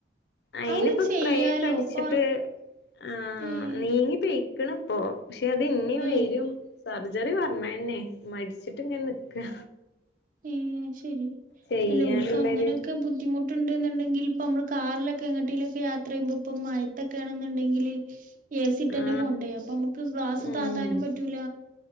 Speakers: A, on the left (about 65°); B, on the right (about 45°).
A: അയ്നിപ്പോ
B: അത് ചെയ്യാലോ
A: സ്പ്രേ ഒക്കെ അടിച്ചിട്ട്
B: ഇപ്പൊ
A: ആഹ്
B: ഏഹ്
A: നീങ്ങി പെയ്ക്ക്ണ്പ്പൊ പക്ഷെ അത് ഇന്യും
B: ഏഹ്
A: വെരും സർജറി പറഞ്ഞെന്നെ മടിച്ചിട്ട്ങ്ങനെ നിക്ക
B: ഏഹ് ശെരി
A: ചെയ്യാനുള്ളൊരു
B: അല്ലെ ഓൽക്കങ്ങനെക്കെ ബുദ്ധിമുട്ട് ട്ടുണ്ട് എന്നുണ്ടെങ്കിൽ ഇപ്പ നമ്മള് കാറിലൊക്കെ എങ്ങട്ടീലൊക്കെ യാത്രയ്യുമ്പോപ്പം മയത്തൊക്കെണ്ന്ന്ണ്ടെങ്കില് എ സിട്ടന്നെ
A: ആ
B: പോണ്ടേ അപ്പൊമ്മക്ക് ഗ്ലാസ്
A: ഉം
B: താത്താനും പറ്റൂല